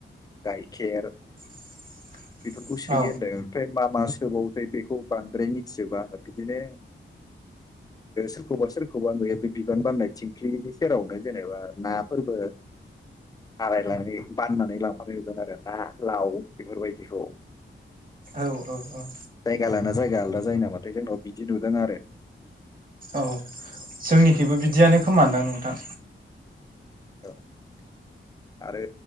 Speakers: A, on the left; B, on the right.
A: गायखार
B: <unintelligible>
A: बेफोरखौ सोयो
B: औ
A: होनदों ओमफ्राय मा मा थोबावथाय बेखौ बांद्राय मिथिजोबा बिदिनो सोरखौबा सोरखौबा नुयो बे बिबान बारनाय थिंख्लिनि सेरावनो जेनेबा नाफोरबो हारायनानै बाननानै लांफानो नुदों आरो ना लाव बेफोरबायदिखौ
B: औ औ औ
A: जायगा लाना जायगा आलादा जायो नामाथाय जोंनाव बिदि नुदों आरो
B: औ जोंनिखिबो बिदियानो खोमदां नोंथां
A: औ आरो